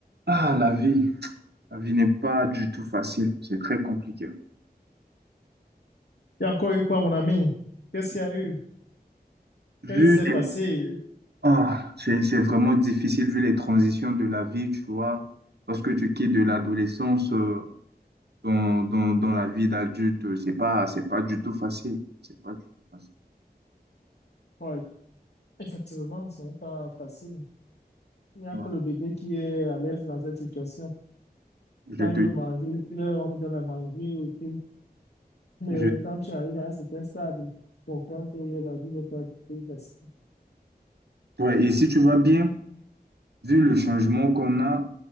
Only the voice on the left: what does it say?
Il y a encore eu quoi, mon ami? Qu'est-ce qu'il y a eu?
Qu'est-ce qui s'est
passé?
Ouais, effectivement, ce n'est pas facile. Il n'y a
que le bébé qui est à l'aise dans cette situation.
Quand il
veut manger, il pleure, on lui donne à manger. et puis Mais
quand tu arrives à un certain stade, il comprend que la vie n'est pas plus facile.